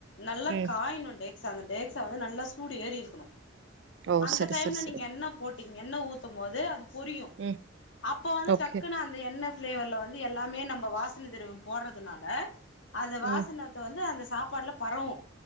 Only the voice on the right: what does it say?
ம்
ஓ
சரி
சரி சரி
ம்
ஓகே
ம்